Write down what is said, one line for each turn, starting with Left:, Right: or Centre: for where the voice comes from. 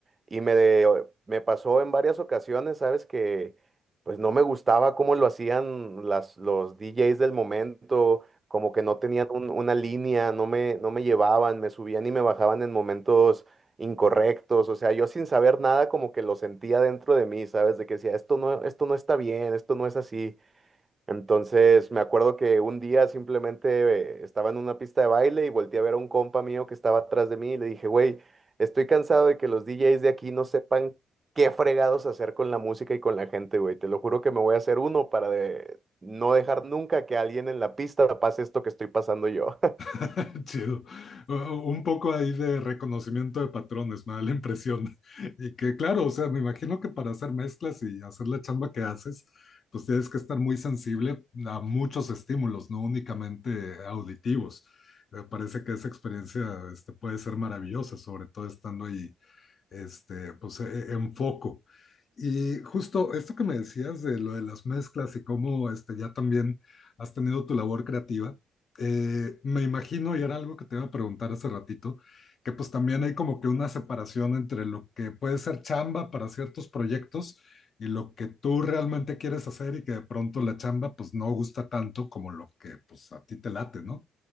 Right: Y me, de- me pasó en varias ocasiones, ¿sabes? Que pues no me gustaba cómo lo hacían las, los DJs del momento, como que no tenían un- una línea, no me, no me llevaban, me subían y me bajaban en momentos incorrectos, o sea, yo sin saber nada como que lo sentía dentro de mí, ¿sabes? De que decía, esto no, esto no está bien, esto no es así. Entonces me acuerdo que un día simplemente eh, estaba en una pista de baile y volteé a ver a un compa mío que estaba atrás de mí y le dije, güey, estoy cansado de que los DJs de aquí no sepan qué fregados hacer con la música y con la gente, güey. Te lo juro que me voy a hacer uno para de- no dejar nunca que alguien en la pista pase esto que estoy pasando yo.
Left: <laughs> Chido. U- Un poco ahí de reconocimiento de patrones, me da la impresión. Y que claro, o sea, me imagino que para hacer mezclas y hacer la chamba que haces, pues tienes que estar muy sensible a muchos estímulos, no únicamente auditivos. Me parece que esa experiencia este, puede ser maravillosa, sobre todo estando ahí este, pues enfoco Y justo esto que me decías de lo de las mezclas y cómo este, ya también has tenido tu labor creativa, eh, me imagino, y era algo que te iba a preguntar hace ratito, que pues también hay como que una separación entre lo que puede ser chamba para ciertos proyectos y lo que tú realmente quieres hacer y que de pronto la chamba pues no gusta tanto como lo que pues a ti te late, ¿no?